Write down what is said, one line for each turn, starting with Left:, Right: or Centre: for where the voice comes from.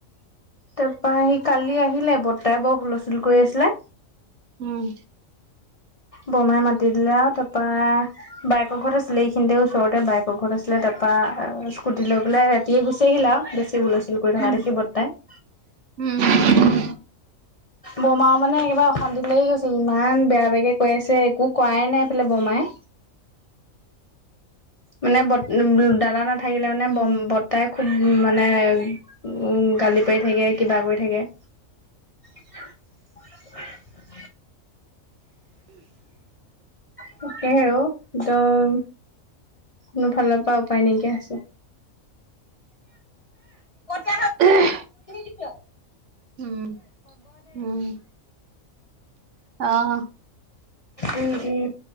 Left: তাৰপৰা সি কালি আহিলে বৰ্তাই বৰ হুলস্থুল কৰি আছিলে।
Right: উম।
Left: বৰমাই মাতি দিলে আও তাৰপা বাইয়েকৰ ঘৰত আছিলে এইখিনিতে ওচৰতে বাইকৰ ঘৰত আছিলে, তাৰপৰা স্কুটি লৈ পেলাই ৰাতিয়ে গুচি আহিল আও বেছি হুলচুল কৰি থকা
Right: উম
Left: দেখি বৰদেউতাই।
Right: উম।
Left: বৰমাও মানে একেবাৰে অশান্তি লাগে গৈছে ইমান বেয়া বেয়াকে কৈ আছে একো কৰাই নাই এইফালে বৰমাই। মানে বত দাদা না নাথাকিলে মানে
Right: উম
Left: বম বৰদেউতাই খুব মানে উ গালি পাৰি থাকে কিবা কৰি থাকে। <unintelligible> তাকেহে অ একদম কোনো ফালৰ পৰা উপায় নাইকিয়া হৈছে <unintelligible>
Right: এহ
Left: কিয়
Right: উম, উম। অ
Left: উম, উম।